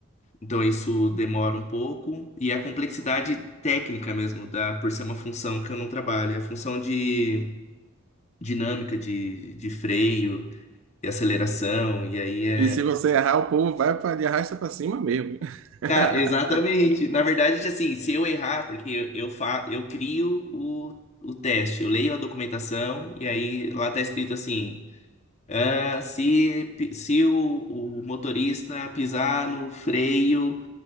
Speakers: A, on the left (about 30°); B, on the right (about 65°).
A: Então isso demora um pouco. E a complexidade técnica mesmo, da, por ser uma função que eu não trabalho, é a função de dinâmica de, de freio e aceleração, e aí é.
B: E se você errar, o povo vai para de arrasta para cima mesmo. <laughs>
A: Cara, exatamente. Na verdade, assim, se eu errar, porque eu, eu, fa eu crio o, o teste, eu leio a documentação e aí lá tá escrito assim: ah, se, pi- se o, o motorista pisar no freio,